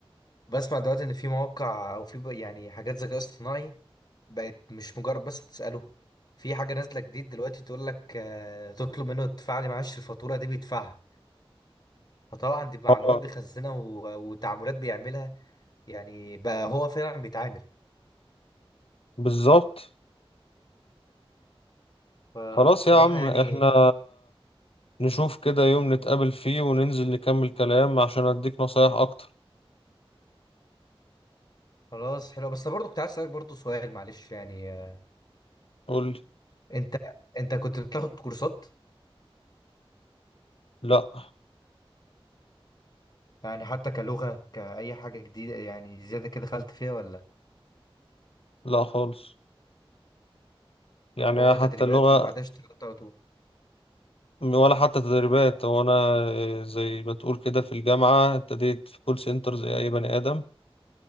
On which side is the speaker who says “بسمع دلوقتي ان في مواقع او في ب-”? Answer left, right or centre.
Left